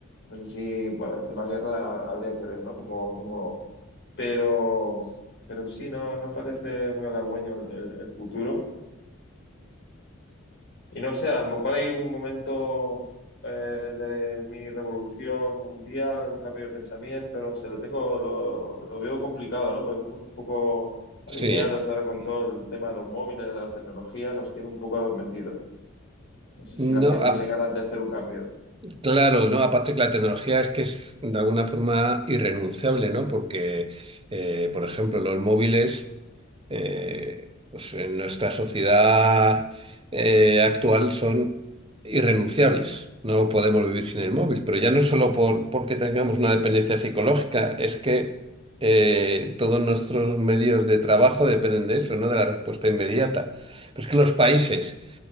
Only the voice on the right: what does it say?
Sí,
no,
a-
Claro, ¿no? Aparte que la tecnología es que es de alguna forma irrenunciable, ¿no? Porque, eh, por ejemplo, los móviles, eh, pues en nuestra sociedad eh, actual son irrenunciables. No podemos vivir sin el móvil. Pero ya no solo por, porque tengamos una dependencia psicológica, es que eh, todos nuestros medios de trabajo dependen de eso, ¿no? De la respuesta inmediata. Pero es que los países